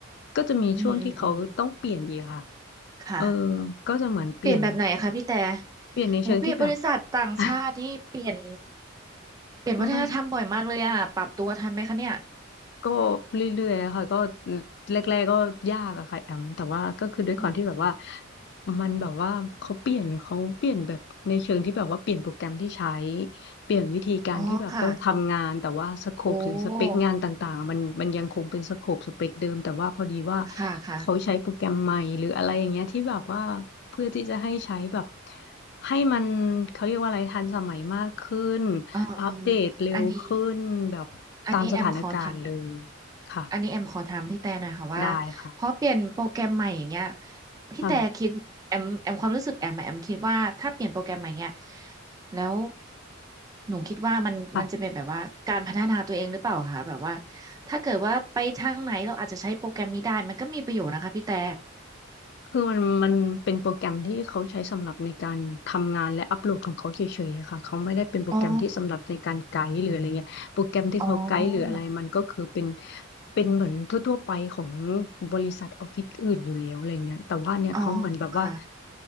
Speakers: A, on the left; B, on the right.
A: ก็จะมีช่วงที่เขาต้องเปลี่ยนอีกค่ะ
B: อืมอืมอืมค่ะ
A: เออก็จะเหมือนเปลี่ยนแบบ
B: เปลี่ยนแบบไหนคะพี่แต่
A: เปลี่ยนในเชิงที่แบบ
B: โหเปลี่ยนบริษัทต่างชาตินี่เปลี่ยน
A: <laughs>
B: เปลี่ยนวัฒนธรรมบ่อยมากเลยอะปรับตัวทันไหมคะเนี่ย
A: ไม่ ก็เรื่อยๆค่ะก็แรกๆก็ยากอะค่ะแอมแต่ว่าก็คือด้วยความที่แบบว่า
B: อืมอืม
A: มันแบบว่าเขาเปลี่ยนเขาเปลี่ยนแบบในเชิงที่แบบว่าเปลี่ยนโปรแกรมที่ใช้เปลี่ยนวิธีการที่แบบต้องทำงานแต่ว่าสโคปหรือสเปคงานต่างๆอะมันมันยังคงเป็นสโคปสเปคเดิมแต่ว่าพอดีว่า
B: อ๋อค่ะโอ้ค่ะค่ะ
A: เขาใช้โปรแกรมใหม่หรืออะไรอย่างเงี้ยที่แบบว่าเพื่อที่จะให้ใช้แบบให้มันเขาเรียกว่าอะไรทันสมัยมากขึ้น
B: อ๋ออืม
A: อัปเดตเร็วขึ้นแบบตามสถานการณ์เลย
B: อันนี้อันนี้แอมขอถาม
A: ค่ะ
B: อันนี้แอมขอถามพี่แต่หน่อยค่ะว่า
A: ได้ค่ะ
B: พอเปลี่ยนโปรแกรมใหม่อย่างเงี้ยพี่แต่คิดแอมแอมความรู้สึกแอมอะแอมคิดว่าถ้าเปลี่ยนโปรแกรมใหม่เงี้ย
A: ค่ะ
B: แล้วหนูคิดว่ามันมันจะเป็นแบบว่าการพัฒนาตัวเองหรือเปล่าคะแบบว่า
A: ค่ะ
B: ถ้าเกิดว่าไปทางไหนเราอาจจะใช้โปรแกรมนี้ได้มันก็มีประโยชน์นะคะพี่แต่
A: คือมันมันเป็นโปรแกรมที่เขาใช้สำหรับในการทำงานและอัปโหลดของเขาเฉยๆอะค่ะเขาไม่ได้เป็นโปรแกรมที่สำหรับในการไกด์หรืออะไรเงี้ย
B: อ๋อ
A: โปรแกรมที่เขาไกด์หรืออะไรมันก็คือเป็น
B: อ๋อ
A: เป็นเหมือนทั่วๆไปของบริษัทออฟฟิศอื่นอยู่แล้วอะไรเงี้ยแต่ว่าเนี่ยเขาเหมือนแบบว่า
B: อ๋อค่ะ